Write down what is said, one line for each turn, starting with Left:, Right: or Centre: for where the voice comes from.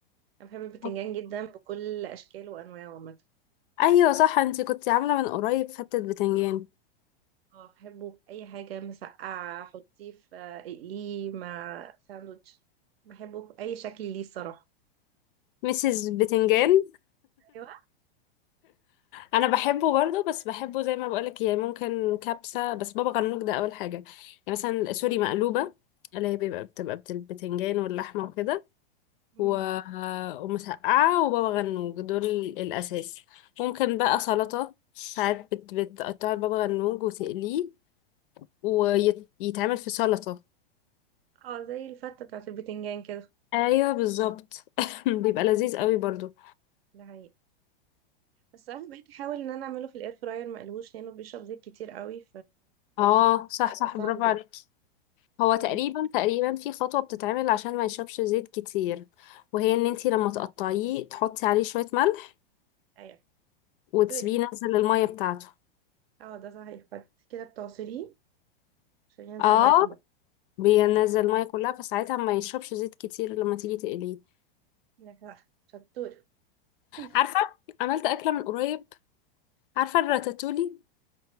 Right: انا بحب البتنجان
Left: آه.
Right: جدا بكل اشكاله وانواعه عامه
Left: ايوه صح انتي كنتي عامله من قريب فتة بتنجان
Right: اه بحبه اي حاجه مسقعه حطيه في آه، اقليه مع ساندوتش بحبه اي شكل ليه الصراحه
Left: مسز بتنجان
Right: ايوه
Left: انا بحبه برضه بس بحبه زي ما بقولك يعني ممكن كبسه بس بابا غنوج ده اول حاجه يعني مثلا سوري مقلوبه اللي هي بيبقى بتبقى بت- البتنجان واللحمه وكده
Right: مم.
Left: و... ومسقعه وبابا غنوج دول الاساس ممكن بقى سلطه ساعات بت... بتقطع بابا غنوج وتقليه ويتعمل في سلطه
Right: اه زي الفته بتاعت البتنجان كده
Left: ايوه بالظبط <laughs> بيبقى لذيذ قوي برضه
Right: ده حقيقي بس انا بقيت احاول ان انا اعمله في الاير فراير مقلوش لانه بيشرب زيت كتير قوي
Left: اه صح صح
Right: فصعب
Left: برافو
Right: جدا
Left: عليك هو
Right: امم
Left: تقريبا تقريبا في خطوة بتتعمل عشان ما يشربش زيت كتير وهي ان انتي لما تقطعيه تحطي عليه شوية ملح
Right: ايوه
Left: وتسيبيه
Right: شطوره
Left: ينزل المية بتاعته
Right: اه ده صحيح بعد كده بتعصريه عشان ينزل
Left: اه
Right: الميه كلها
Left: بينزل المية كلها فساعتها ما يشربش زيت كتير لما تيجي تقليه
Right: لا، صح. شطوره <laughs>
Left: عارفة عملت أكلة من قريب عارفة الراتاتولي